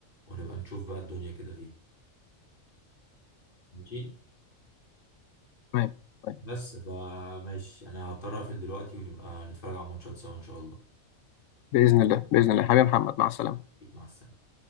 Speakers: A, on the left; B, on the left.
A: ونبقى نشوف بقى الدنيا كده فيه ماشي
B: تمام طيب.
A: بس فماشي انا هضطر اقفل دلوقتي ونبقى نتفرج على الماتشات سوا ان شاء الله
B: باذن الله باذن الله حبيبي محمد مع السلامه
A: مع السلامة